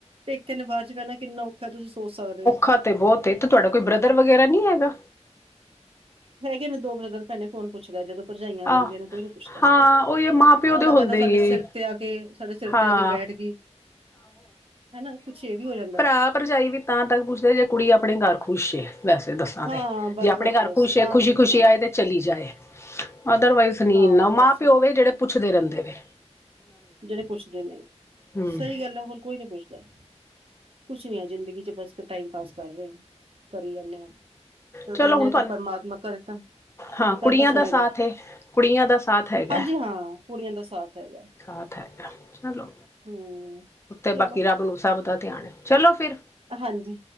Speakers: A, on the right; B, on the left.
A: ਤੇ ਇੱਕਨ ਨੇ ਬਾਦ ਚ ਪੈਣਾ ਕਿੰਨਾ ਔਖਾ ਐ ਤੁਸੀ ਸੋਚ ਸਕਦੇ ਓ।
B: ਖਾਤੇ ਬੋਤ ਏ, ਤੇ ਤੁਆਡਾ ਕੋਈ ਬ੍ਰਦਰ ਵਗੈਰਾ ਨੀ ਹੈਗਾ?
A: ਹੈਗੇ ਨੇ ਦੋ ਬ੍ਰਦਰ ਪੈਨੇ ਕੋਨ ਪੁੱਛਦਾ ਏ ਜਦੋਂ ਪਰਜਾਈਆਂ ਆ ਜਾਂਦੀਆਂ
B: ਆਹ
A: ਨੇ ਕੋਈ ਨੀ ਪੁੱਛਦਾ।
B: ਹਾਂ ਉਹ ਇਹ ਮਾਂ ਪਿਓ
A: ਪੈਲਾਂ
B: ਦੇ ਹੁੰਦੇ
A: ਕੈਂਦਾ ਸਾਡੇ
B: ਹੀ ਏ।
A: ਸਿਰ ਤੇ ਆ ਕੇ ਸਾਡੇ ਸਿਰ
B: ਹਾਂ
A: ਤੇ ਆ ਕੇ ਬੈਠ ਗਈ। ਹਨਾ, ਕੁਛ ਏ ਵੀ ਹੋ ਜਾਂਦਾ।
B: ਆ ਪਰਜਾਈ ਵੀ ਤਾਂ ਤੱਕ ਪੁੱਛਦੇ ਜੇ ਕੁੜੀ ਆਪਣੇ ਘਰ ਖੁਸ਼ ਏ, ਵੈਸੇ ਦੱਸ ਆ ਤੇ,
A: ਹਾਂ ਬਸ
B: ਜੇ ਆਪਣੇ
A: ਬਸ
B: ਘਰ
A: ਬਸ
B: ਖੁਸ਼ ਏ
A: ਤਾਂ
B: ਖੁਸ਼ੀ,
A: ਕੁ-
B: ਖੁਸ਼ੀ
A: ਹਾਂ
B: ਆਏ ਤੇ ਚਲੀ ਜਾਏ, ਅਦਰਵਾਈਸ ਨਈ
A: ਹਾਂ
B: ਏਨਾ
A: ਬਸ
B: ਮਾਂ-ਪਿਓ ਵੇ ਜੇੜੇ ਪੁੱਛਦੇ ਰੈਂਦੇ ਨੇ।
A: ਜੇੜੇ ਪੁੱਛਦੇ ਨੇ।
B: ਹਮ
A: ਸਈ ਗੱਲ ਐ, ਹੋਰ ਕੋਈ ਨੀ ਪੁੱਛਦਾ। ਕੁਛ ਨਈ ਆ ਜ਼ਿੰਦਗੀ ਚ ਬਸ ਟਾਈਮ ਪਾਸ ਕਰ ਰਹੇ ਨੇ, ਕਰੀ ਜਾਨੇ ਆ। ਤੇ ਓ
B: ਚਲੋ
A: ਕੈਨੇ
B: ਹੁਣ
A: ਆ
B: ਤੁਹਾਨੂੰ
A: ਕਿ ਪਰਮਾਤਮਾ ਘਰੇ ਤਾਂ
B: ਹਾਂ,
A: ਤਾਂ
B: ਕੁੜੀਆਂ
A: ਤਾਂ ਸੁਣੇਗਾ
B: ਦਾ ਸਾਥ ਏ ਕੁੜੀਆਂ ਦਾ ਸਾਥ ਹੈਗਾ।
A: ਹਾਂਜੀ ਹਾਂ ਕੁੜੀਆਂ ਦਾ ਸਾਥ ਹੈਗਾ।
B: ਸਾ ਤਾਂ ਹੈਗਾ ਚੱਲੋ,
A: ਹੂੰ
B: ਤੇ
A: ਚਲੋ
B: ਬਾਕੀ ਰੱਬ ਨੂੰ ਸਭ ਦਾ ਧਿਆਨ ਹੈ ਚਲੋ ਫਿਰ,
A: ਹਾਂਜੀ,